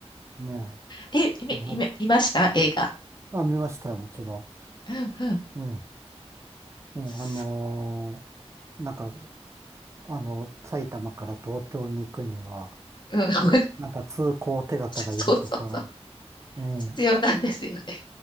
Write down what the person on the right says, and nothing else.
ね
え、やっ
ぱあ、見ましたよ、もちろ
ん。ええ、ええ、
あのーなんか、あの、埼玉から東京に行くには、
なんか通行手形がいるとか、
ええ、